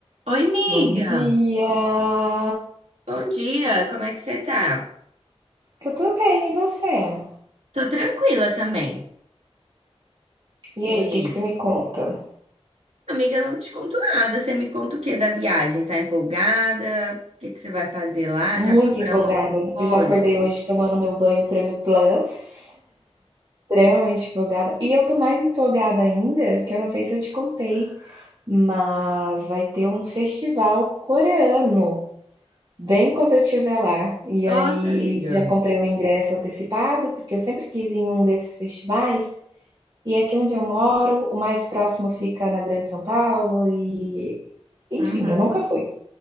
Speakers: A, on the right; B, on the right.
A: Oi, amiga.
B: Bom dia!
A: Bom dia, como é que você tá?
B: Eu tô bem, e você?
A: Tô tranquila também.
B: E
A: E
B: aí,
A: aí?
B: o que que você me conta?
A: Amiga, eu não te conto nada. Você me conta o que da viagem? Tá empolgada? O que que você vai fazer lá?
B: Muito
A: Já programou
B: empolgada.
A: alguma coisa?
B: Eu já acordei hoje tomando meu banho Prêmio Plus, extremamente empolgada. E eu tô mais empolgada ainda, que eu não sei se eu te contei, mas vai ter um festival coreano, bem quando eu estiver lá. E
A: Nossa,
B: aí
A: amiga.
B: já comprei o ingresso antecipado, porque eu sempre quis ir em um desses festivais. E aqui onde eu moro, o mais próximo fica na Grande São Paulo e Enfim,
A: Uhum.
B: eu nunca fui.